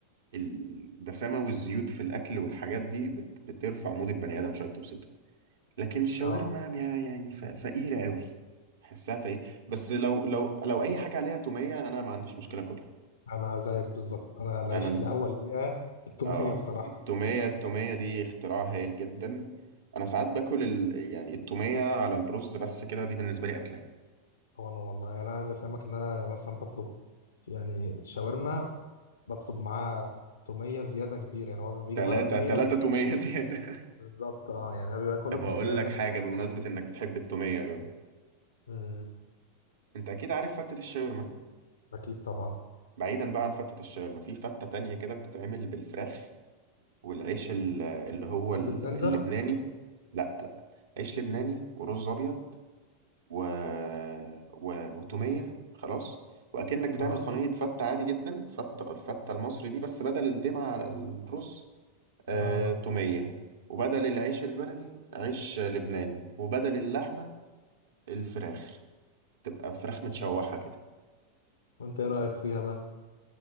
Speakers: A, on the right; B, on the left.
A: الدسامة والزيوت في الاكل والحاجات دي بت بترفع مود البني ادم شويه بتبسطه لكن الشاورما
B: اه
A: ما- يعني ف- فقيرة قوي حسها فقيرة بس لو لو لو اي حاجة عليها تومية انا ما عنديش مشكلة اكلها
B: انا زيك بالظبط انا العيش
A: انا ال-
B: الاول ليا التومية
A: اه
B: بصراحة
A: التومية التومية دي اختراع هايل جدا انا ساعات باكل ال... يعني التومية على الرز بس كده دي بالنسبة لي اكلة
B: هو انا والله يعني انا عايز افهمك ان انا مثلا بطلب يعني شاورما بطلب معاه تومية زيادة كبيرة يعني هو بيجي
A: تلاتة
B: معاه تومية
A: تلاتة
B: وبجيب
A: تومية
B: توم
A: <laughs> زيادة
B: بالظبط اه يعني انا باكله
A: طب هقول
B: بثلاثة
A: لك حاجة
B: من كتر
A: بمناسبة
B: ما باكله
A: انك بتحب التومية قوي
B: امم
A: انت اكيد عارف فتة الشاورما
B: اكيد طبعا
A: بعيدا بقى عن فتة الشاورما في فتة تانية كده بتتعمل بالفراخ والعيش ال- اللي هو
B: حتة
A: ال-
B: زنجر
A: اللبناني لا لا عيش لبناني ورز ابيض و... و... وتوميه خلاص واكنك بتعمل
B: اه
A: صينيه فته عادي جدا فته الفته المصري دي بس بدل الدمعه على الرز آه...
B: اه
A: توميه وبدل العيش البلدي عيش لبناني وبدل اللحمه الفراخ تبقى فراخ متشوحه كده
B: وانت ايه رأيك فيها بقى؟